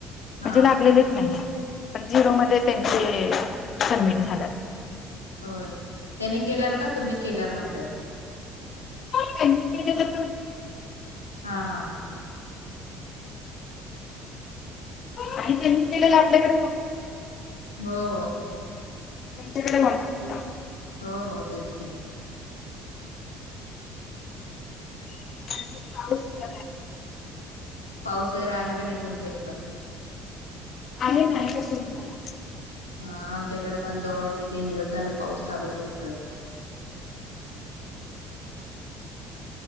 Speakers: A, on the left; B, on the left.
A: हा
B: म्हणजे लागलेलेच नाहीत. पण झिरो मध्ये त्यांचे सबमिट झाल्यात.
A: हो. त्यांनी केल्यावर का तुम्ही केल्यावर म्हणताय.
B: त्यांनी केलेलं
A: हा हा
B: आणि त्यांनी केलेलं आपल्याकडे होतच नाही.
A: हो हो
B: त्यांच्याकडे होणार ते.
A: हो हो, तेच की.
B: <unintelligible>
A: पाऊस वगैरे आहे का नाही तुमच्या इकडं?
B: आहे ना आताच सुरु झाला.
A: हा, आमच्या इकडे पण दोन ते तीन दिवस झालं पाऊस चालूच आहे इकडं.